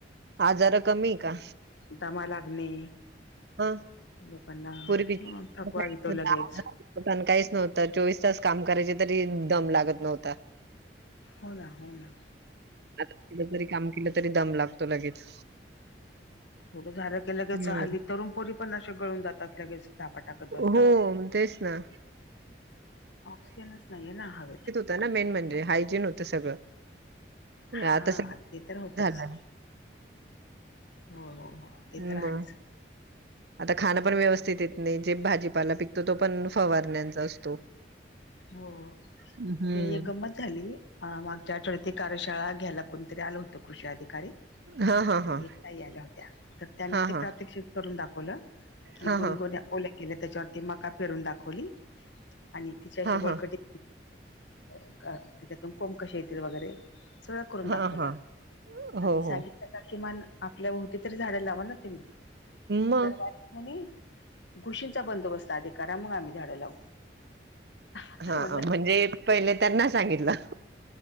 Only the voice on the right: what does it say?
आजार कमी आहे का.
ह
पूर्वी
पताण
काहीच नव्हत. चोवीस तास काम करायचे तरी दम लागत नव्हता.
आता थोड जरी काम केल तरी दम लागतो लगेच.
हं.
हो, तेच ना.
तर ना मेन म्हणजे हायजीन होतं सगळं
आता सगळं
झालं.
मग
आता खाण पण व्यवस्थित येत नाही जे भाजीपाला पिकतो तो पण फवारण्याचा असतो.
हं.
हां, हां,
हां.
हां,
हां.
हां,
हां.
हां,
हां.
हां,
हां. हो,
हो.
मग?
हा
म्हणजे पहिले त्यांना सांगितलं